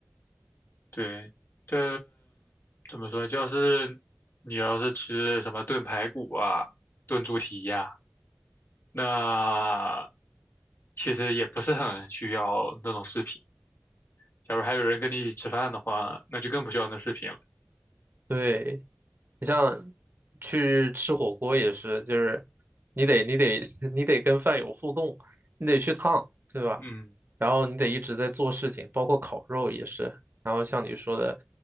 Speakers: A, on the left; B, on the right.
A: 对，这怎么说？就是你要是吃什么炖排骨啊、炖猪蹄呀、那其实也不是很需要那种视频。假如还有人跟你一起吃饭的话，那就更不需要那视频了。
B: 对。你像去吃火锅也是，就是你得你得 <laughs> 你得跟饭友互动，你得去烫，对吧？
A: 嗯。
B: 然后你得一直在做事情，包括烤肉也是。然后像你说的